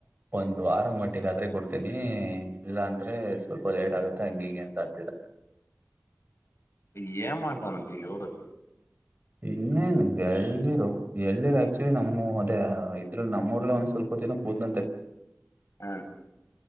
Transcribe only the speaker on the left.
ಈಗ್ ಏನ್ ಮಾಡ್ತಾನಂತ್ ಈಗ್ ಏವ್ರುದ್
ಹಾ